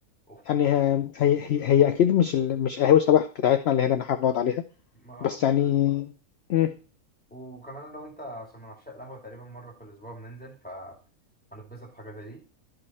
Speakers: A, in the centre; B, on the left.
A: وخصوصا
B: يعني ه- هي هي, هي اكيد مش ال... مش قهوه شبه بتاعتنا اللي هنا اللي احنا بنقعد عليها
A: ما
B: بس
A: اه
B: يعني مم.
A: وكمان انا وانت عشان من عشاق القهوه تقريبا مره في الاسبوع بننزل فهنتبسط في حاجه زي دي